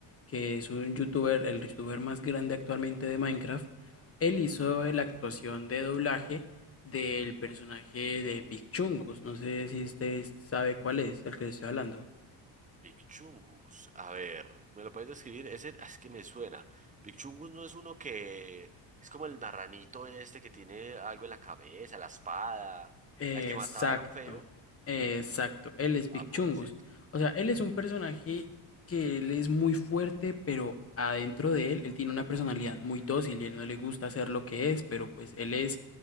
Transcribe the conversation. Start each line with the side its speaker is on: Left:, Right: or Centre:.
Left: que es un youtuber, el youtuber más grande actualmente de Minecraft, él hizo la actuación de doblaje del personaje de Big Chungus, no sé si usted sabe cuál es, el que le estoy hablando.
Right: Picchungus. A ver, ¿me lo puedes describir? Ese ah, es que me suena. Picchungus no es uno que es como el marranito este que tiene algo en la cabeza, la espada,
Left: Exacto,
Right: al que mataron feo.
Left: exacto. Él es
Right: Ah,
Left: Big
Right: pobrecito.
Left: Chungus. O sea, él es un personaje que él es muy fuerte, pero adentro de él, él tiene una personalidad muy dócil y él no le gusta hacer lo que es, pero pues él es